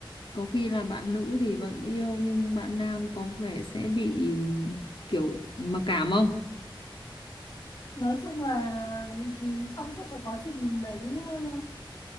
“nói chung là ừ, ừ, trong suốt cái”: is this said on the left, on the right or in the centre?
Left